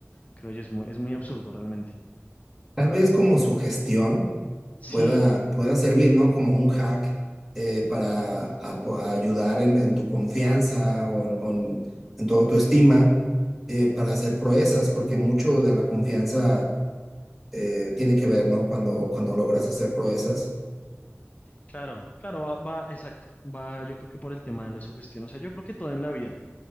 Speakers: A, on the left; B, in the centre.
A: Creo que es muy, es muy absurdo realmente.
B: Tal vez como sugestión
A: Sí,
B: pueda, pueda servir, ¿no? Como un hack eh, para apo- a ayudar en, en tu confianza o, en, o en- en tu autoestima eh, para hacer proezas, porque mucho de la confianza eh, tiene que ver, ¿no? Cuando, cuando logras hacer proezas.
A: claro, claro, va, va, exacto, va yo creo que por el tema de la sugestión, o sea, yo creo que todo en la vida